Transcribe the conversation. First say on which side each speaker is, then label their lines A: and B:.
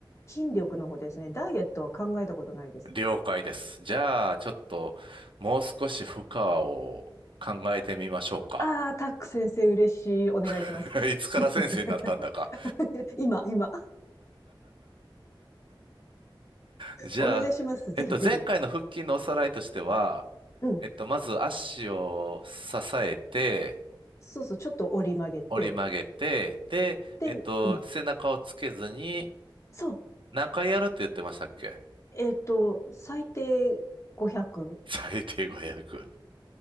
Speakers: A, on the left; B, on the right.
A: 筋力の方ですね。ダイエットは考えたことないです。
B: 了解です。じゃあ、ちょっともう少し負荷を考えてみましょうか。
A: ああ、タック先生嬉しい。お願いします。
B: <laughs> いつから先生になったんだか。
A: <laughs> 今、今。
B: じゃあ、
A: お願いします。ぜひぜひ。
B: えっと、前回の腹筋のおさらいとしては、
A: うん。
B: えっと、まず足を支えて、
A: そうそう、ちょっと折り曲げて。
B: 折り曲げて、で、
A: で、
B: えっと、
A: うん。
B: 背中をつけずに
A: そう。
B: 何回やるって言ってましたっけ
A: えっと、最低500。
B: <laughs> 最低5 0